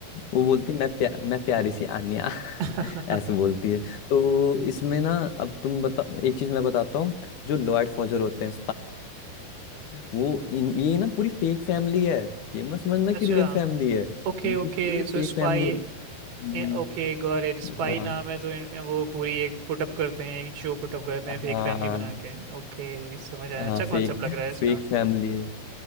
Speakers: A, on the left (about 65°); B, on the right (about 85°).
A: वो बोलती मैं प्या, मैं प्यारी सी आन्या
B: <laughs>
A: <laughs> ऐसे बोलती है तो इसमें ना अब तुम बता एक चीज मैं बताता हूँ जो लॉयड फॉजर होते हैं वो इन ये ना पूरी फेक फैमिली है ये मत समझना
B: अच्छा
A: कि रियल फैमिली है
B: Okay
A: इनकी
B: okay
A: पूरी फेक
B: so spy
A: फैमिली है हम्म,
B: okay got it Spy
A: हाँ
B: नाम है तो इन- वो पूरी एक पुटअप करते हैं एक शो पुटअप करते
A: हाँ
B: हैं फेक फैमिली बना के ओके समझ आया
A: हाँ
B: अच्छा कॉन्सेप्ट
A: फेक
B: लग रहा है इसका
A: फेक फैमिली है